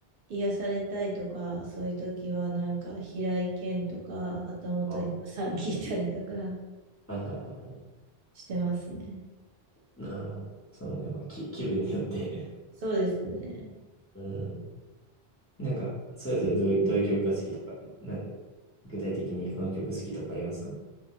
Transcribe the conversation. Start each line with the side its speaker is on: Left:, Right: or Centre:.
Right: 癒されたいとか、そういうときは、なんか、平井堅とか、旗本さん聞いたりとか
Left: あー、はいはいはいは
Right: してますね。
Left: い。なるほど。その、やっぱき、気分によって
Right: そうですね。
Left: <laughs> うん。なんか、それぞれどういう、どういう曲が好きとか、なん、具体的にこの曲好きとかありますかあ